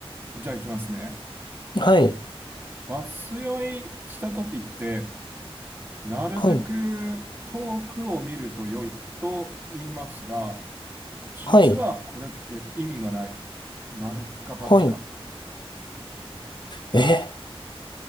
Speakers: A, on the right (about 20°); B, on the left (about 50°).
A: い。じゃあ行きますね。
B: はい。
A: バス酔いした時って、なるべく遠くを見ると良いと言いますが、
B: はい。
A: 実はこれって意味がない。
B: はい。
A: 丸か×か。
B: はい。え